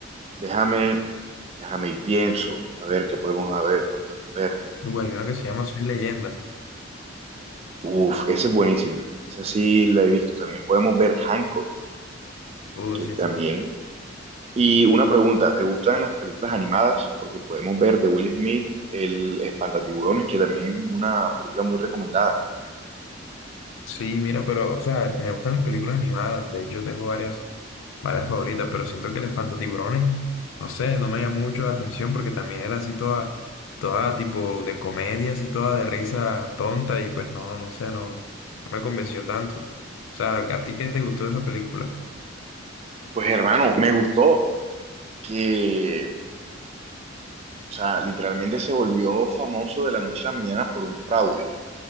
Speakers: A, on the right; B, on the left.
A: déjame, déjame y pienso, a ver qué podemos a ver, cuál podemos ver.
B: Uy, hay una que se llama Soy Leyenda.
A: Uf, esa es buenísima. Esa sí la he visto. También podemos ver Hancock,
B: Uh,
A: que
B: sí,
A: también.
B: sí.
A: Y una pregunta, ¿te gustan las películas animadas? Porque podemos ver de Will Smith, El Espantatiburones, que también es una película muy recomendada.
B: Sí, mira, pero, o sea, me gustan las películas animadas. De hecho, tengo varias varias favoritas, pero siento que el espantatiburones, no sé, no me llama mucho la atención porque también era así toda, toda tipo de comedia, así toda de risa tonta y pues no, no sé, no, no me convenció tanto. O sea, ¿a ti qué te gustó de esa película?
A: Pues hermano, me gustó que O sea, literalmente se volvió famoso de la noche a la mañana por un fraude.